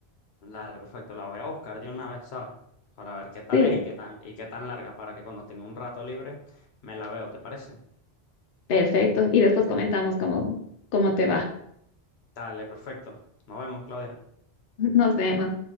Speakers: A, on the left; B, on the left.
A: Dale, perfecto, la voy a buscar de una vez, ¿sabes? Para ver qué tal
B: Sí,
A: es y qué tan, y qué tan larga, para que cuando tenga un rato libre me la veo, ¿te parece?
B: perfecto. Y después comentamos cómo, cómo te va.
A: Dale, perfecto. Nos vemos, Claudia.
B: <laughs> Nos vemos.